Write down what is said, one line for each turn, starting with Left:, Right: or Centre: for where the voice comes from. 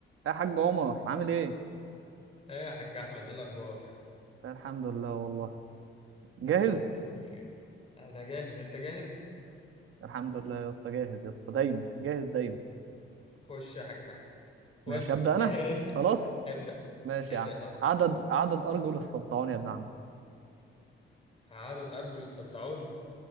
Right: يا حاج عمر عامل ايه؟
Left: ايه يا حاج احمد ايه الاخبار
Right: الحمد لله والله جاهز؟
Left: يا رب دايما بخير انا جاهز انت جاهز
Right: الحمد لله يا اسطى جاهز يا اسطى دايما جاهز دايما
Left: خش يا حاج احمد ودي
Right: ماشي هبدأ انا
Left: <laughs> اسال
Right: خلاص
Left: ابدا
Right: ماشي
Left: ابدا
Right: يا عم
Left: يا صاحبي
Right: عدد عدد ارجل السلطعون يا ابن عم
Left: عدد ارجل السلطعون